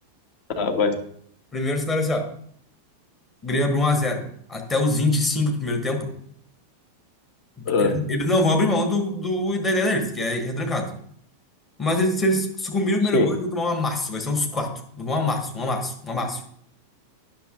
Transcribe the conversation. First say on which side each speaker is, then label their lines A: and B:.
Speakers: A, on the left; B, on the left.
A: Tá, vai.
B: Primeiro cenário é assim, ó. O Grêmio abre 1x0. Até os 25 do primeiro tempo,
A: Ah,
B: eles, eles não vão abrir mão do, do, da ideia deles, que é ir retrancado. Mas eles, se eles sucumbirem no primeiro
A: sim.
B: gol, eles vão tomar um amasso. Vai ser uns quatro. Um amasso, um amasso, um amasso.